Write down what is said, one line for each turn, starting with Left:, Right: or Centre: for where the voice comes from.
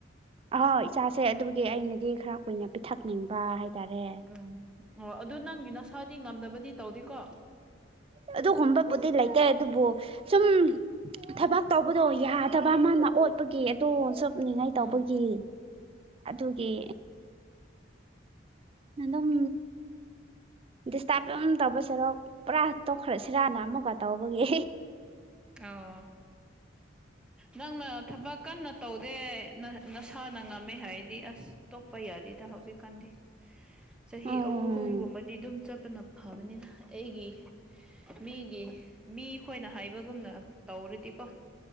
Right: ꯑꯍꯧ ꯏꯆꯥꯁꯦ ꯑꯗꯨꯒꯤ ꯑꯩꯅꯗꯤ ꯈꯔ ꯀꯨꯏꯅ ꯄꯤꯊꯛꯅꯤꯡꯕ ꯍꯥꯏꯇꯥꯔꯦ
Centre: ꯎꯝ ꯑꯣ ꯑꯗꯨ ꯅꯪꯒꯤ ꯅꯁꯥꯗꯤ ꯉꯝꯗꯕꯗꯤ ꯇꯧꯗꯦꯀꯣ
Right: ꯑꯗꯨ ꯍꯨꯝꯕꯕꯨꯗꯤ ꯂꯩꯇꯦ ꯑꯗꯨꯕꯨ ꯁꯨꯝ ꯊꯕꯛ ꯇꯧꯕꯗꯣ ꯌꯥꯗꯕ ꯃꯥꯅ ꯑꯣꯠꯄꯒꯤ ꯑꯗꯨꯣ ꯁꯞꯅꯤꯡꯉꯥꯏ
Centre: ꯎꯝ
Right: ꯇꯧꯕꯒꯤ ꯑꯗꯨꯒꯤ ꯑꯗꯨꯝ ꯗꯤꯁꯇꯥꯔꯕ ꯑꯗꯨ ꯇꯧꯕꯁꯤꯔꯣ ꯄꯨꯔꯥ ꯇꯣꯛꯈ꯭ꯔꯁꯤꯔꯥꯟꯅ ꯑꯃꯨꯛꯀ ꯇꯧꯕꯒꯤ
Centre: ꯑꯣ ꯅꯪꯅ ꯊꯕꯛ ꯀꯟꯅ ꯇꯧꯗꯦ ꯅꯁꯥꯅ ꯉꯝꯃꯦ ꯍꯥꯏꯔꯗꯤ ꯑꯁ ꯇꯣꯛꯄ ꯌꯥꯗꯦꯗ ꯍꯧꯖꯤꯛꯀꯥꯟꯗꯤ ꯆꯍꯤ
Right: ꯎꯝ
Centre: ꯑꯍ ꯑꯍꯨꯝꯒꯨꯝꯕꯗꯤ ꯑꯗꯨꯝ ꯆꯠꯄꯅ ꯐꯕꯅꯤꯅ ꯑꯩꯒꯤ ꯃꯤꯒꯤ ꯃꯤ ꯈꯈꯣꯏꯅ ꯍꯥꯏꯕꯒꯨꯝꯅ ꯇꯧꯔꯗꯤꯀꯣ